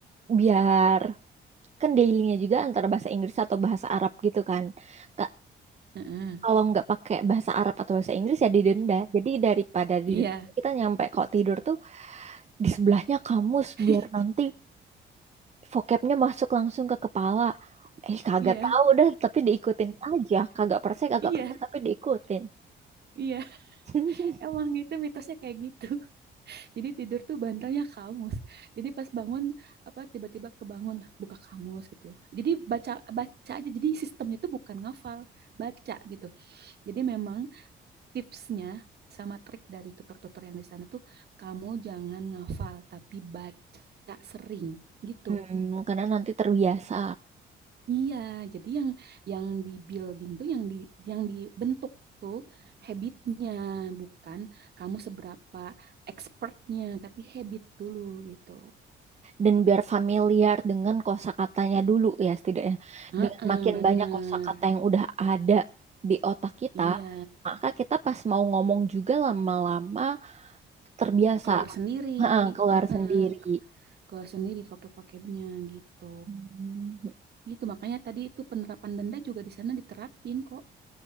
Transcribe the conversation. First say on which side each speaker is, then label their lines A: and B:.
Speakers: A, on the right (about 35°); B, on the right (about 55°).
A: biar kan dailynya juga antara bahasa Inggris atau bahasa Arab gitu kan. Ke
B: heeh.
A: kalau nggak pakai bahasa Arab atau bahasa Inggris ya didenda. Jadi daripada didenda
B: iya
A: kita nyampe kok tidur tuh di sebelahnya kamus
B: <laughs>
A: biar nanti vocabnya masuk langsung ke kepala. Eh kagak
B: iya
A: tahu dah tapi diikutin aja. Kagak percaya kagak
B: iya
A: percaya tapi diikutin.
B: iya
A: <laughs>
B: emang itu mitosnya kayak gitu Jadi tidur tuh bantalnya kamus. Jadi pas bangun apa tiba-tiba kebangun buka kamus gitu. Jadi baca baca aja. Jadi sistemnya tuh bukan ngafal, baca gitu. Jadi memang tipsnya sama trik dari tutor-tutor yang di sana tuh kamu jangan ngafal tapi baca sering gitu.
A: Hmm, karena nanti terbiasa.
B: Iya, jadi yang yang di building tuh yang di yang dibentuk tuh habitnya bukan kamu seberapa expertnya tapi habit dulu gitu.
A: Dan biar familiar dengan kosakatanya dulu ya setidaknya.
B: Heeh,
A: Dengan makin
B: bener.
A: banyak kosakata yang udah ada di otak kita,
B: Iya,
A: maka kita pas mau ngomong juga lama-lama terbiasa
B: keluar sendiri.
A: Heeh, keluar
B: Heeh,
A: sendiri.
B: keluar sendiri vocab-vocabnya gitu.
A: Hmm.
B: Gitu, makanya tadi itu penerapan denda juga di sana diterapin kok